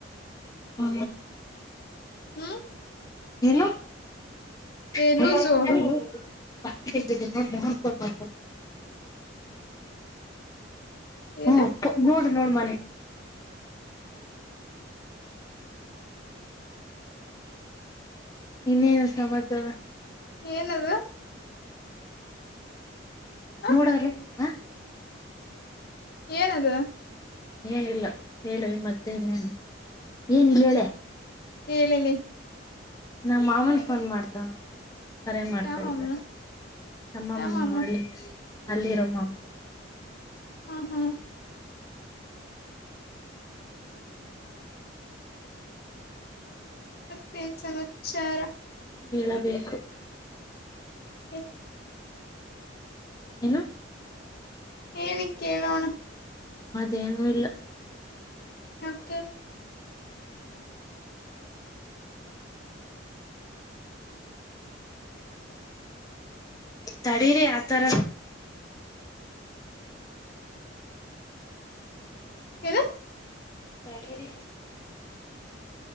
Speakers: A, on the left; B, on the left.
A: ಹ
B: ಹ್ಮ
A: ಏನು <unintelligible>
B: ಏ ಲೂಸು
A: ಹ್ಮ್
B: ಏನ
A: ಗುಡ್ ನೋಡ ಮನೆ. ಇನ್ನೇನು ಸಮಾಚಾರ
B: ಏನದು. ಹ
A: ನೋಡ್ ಅಲ್ಲೇ ಹಾ
B: ಏನದು.
A: ಏನಿಲ್ಲ ಹೇಳ ಮತ್ತೆ ಏನಿಲ್ಲ ಹೇಳಿ ಏನಿಲ್ಲಲೇ.
B: ಹೇಳಲೆ
A: ನಾ ಮಾಮನ್ ಫೋನ್ ಮಾಡ್ದ ಕರೆ ಮಾಡ್ತಾ
B: ಯಾಮಮ್ಮ
A: ಇದ್ದಾರೆ ನಮ್ಮಮ್ಮ
B: ಯಾಮಮ್ಮ
A: ಮಾಡಿ ಅಲ್ಲಿರೋ ಮಾಮ್
B: ಹಾ ಹಾ ಮತ್ತೇನ್ ಸಮಾಚಾರಾ.
A: ಹೇಳಬೇಕು.
B: <unintelligible>
A: ಏನು.
B: ಹೇಳಿ ಕೇಳೋಣ.
A: ನಮ್ಮದೇನೂ ಇಲ್ಲ.
B: ಯಾಕೆ.
A: <unintelligible> ತಡೀರಿ ಆತರ
B: ಏನು.
A: ತಡಿರಿ.